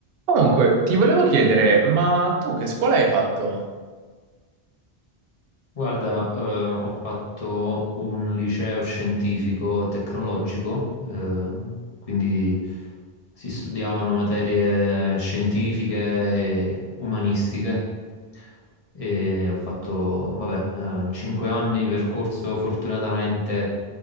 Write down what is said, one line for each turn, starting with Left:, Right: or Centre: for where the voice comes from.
Right: Comunque, ti volevo chiedere, ma tu che scuola hai fatto?
Left: Guarda, eh, ho fatto un liceo scientifico tecnologico, eh, quindi si studiavano materie scientifiche e umanistiche e ho fatto, vabbè, 5 anni di percorso fortunatamente